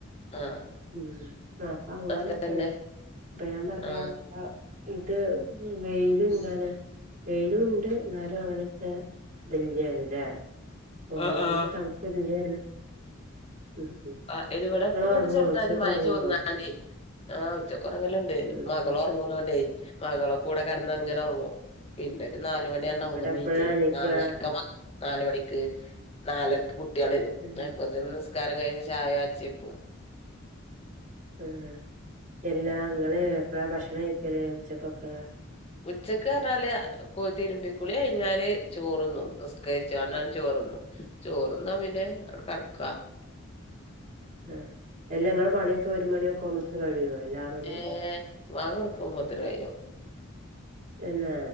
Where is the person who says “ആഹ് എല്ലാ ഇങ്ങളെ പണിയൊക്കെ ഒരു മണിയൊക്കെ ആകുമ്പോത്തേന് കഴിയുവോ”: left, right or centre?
Right